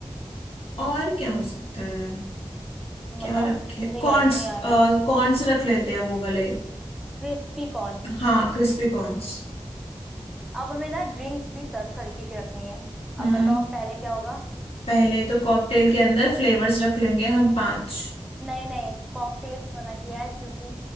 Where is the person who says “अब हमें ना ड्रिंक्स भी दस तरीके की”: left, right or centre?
Centre